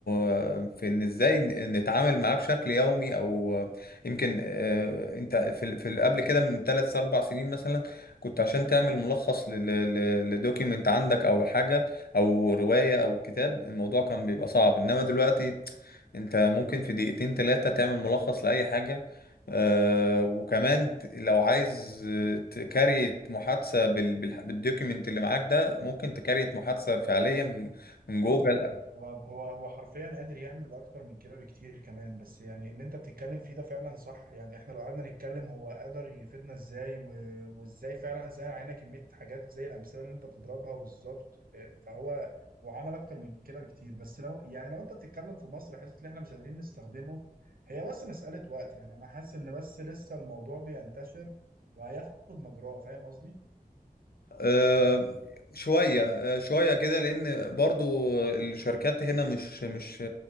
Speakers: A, on the left; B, on the right.
A: آه، في ان ازاي ن- نتعامل معاه بشكل يومي او آه، يمكن آه، انت في ال- في ال- قبل كده من ثلاث اربع سنين مثلا كنت عشان تعمل ملخص لدوكيمنت عندك او حاجة او رواية او كتاب الموضوع كان بيبقى صعب انما دلوقتي انت ممكن في دقيقتين تلاتة تعمل ملخص لأي حاجة آه وكمان ت- لو عايز آه، تكريت محادثة بال... بال... بالدوكيمنت اللي معاك ده ممكن تكريت محادثة فعليا من من جوجل
B: بص هو هو هو حرفيا قادر يعمل اكتر من كده بكتير كمان بس يعني اللي انت بتتكلم فيه ده فعلا صح يعني احنا لو قعدنا نتكلم هو قادر يفيدنا ازاي و... وازاي فعلا سهل علينا كمية حاجات زي الامثلة اللي انت بتضربها بالظبط إيه، فهو هو عمل اكتر من كده بكتير بس لو يعني لو انت بتتكلم في مصر حته اللي احنا مش قادرين نستخدمه هي بس مسألة وقت يعني انا حاسس ان بس لسه الموضوع بينتشر وهياخد مجراه فاهم قصدي
A: آه، شوية آه، شوية كده لأن برضو الشركات هنا مش مش